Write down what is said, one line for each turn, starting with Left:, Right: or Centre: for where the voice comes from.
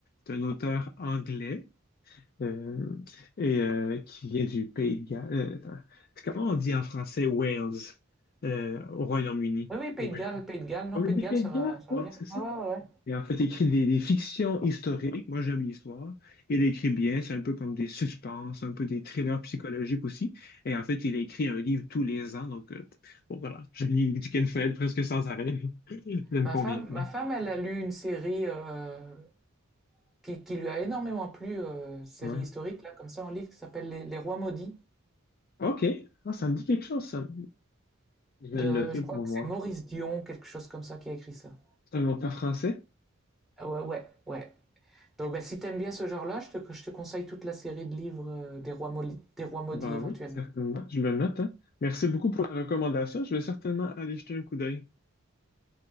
Left: C'est un auteur anglais euh, et euh, qui vient du Pays de Galles. euh, attends, c'est comment on dit en français Wales euh, au Royaume-Uni?
Centre: Oui, oui, Pays
Left: Wales.
Centre: de Galles, Pays de Galles, non,
Left: On
Centre: Pays
Left: dit
Centre: de Galles,
Left: Pays
Centre: ça
Left: de
Centre: va,
Left: Galles?
Centre: ça
Left: Ouais,
Centre: va bien.
Left: c'est ça.
Centre: Ouais, ouais, ouais.
Left: Et en fait, il écrit des, des fictions historiques. Moi, j'aime l'histoire. Il écrit bien. C'est un peu comme des suspens, un peu des thrillers
Centre: ouais.
Left: psychologiques aussi. Et en fait, il écrit un livre tous les ans. Donc, euh, bon, voilà. Je lis du Ken Follett presque sans arrêt. <laughs> Ça me
Centre: Ma
Left: convient
Centre: femme,
Left: bien.
Centre: ma femme, elle a lu une série euh, qui, qui lui a énormément plu, euh, série
Left: Ouais.
Centre: historique là, comme ça, en livre qui s'appelle Les, Les Rois maudits
Left: OK. Ah, ça me dit quelque chose, ça. Je vais
Centre: de,
Left: le noter
Centre: je crois
Left: pour
Centre: que
Left: voir.
Centre: c'est Maurice Dion, quelque chose comme ça, qui a écrit ça.
Left: C'est un auteur français?
Centre: Ah Ouais, ouais, ouais. Donc, ben, si t'aimes bien ce genre-là, je te, je te conseille toute la série de livres euh, des rois, Moli- des rois maudits
Left: Ben
Centre: éventuellement.
Left: oui, certainement. Je le note, hein. Merci beaucoup pour la recommandation. Je vais certainement aller jeter un coup d'œil.